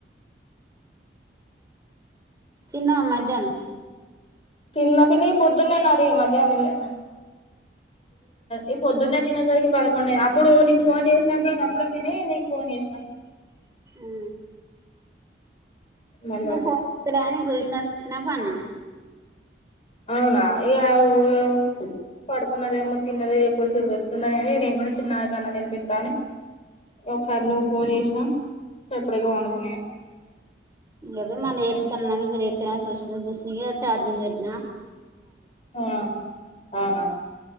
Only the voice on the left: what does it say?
తిన్న పిన్ని పొద్దున్నే. నాది మధ్యాహ్నం తినలే. ఆ ఈ పొద్దున్నే తినేసరికి పదకొండుయె ఇప్పుడు నీకు ఫోన్ చేసినప్పుడు అప్పుడే తిని నీకు ఫోన్ చేసిన
మళ్ళా
అవునా. ఇగ పడుకున్నదెమో తిన్నది కొద్దిసేపు రెస్ట్ ఉండని అని. నేను కూడా చిన్నామెకు అన్నం తినిపిత్తాని ఒకసారి నువ్ ఫోన్ చేసినా సప్పుడేక పండుకున్న ఇగ
పండుకున్న
ఆ అవునా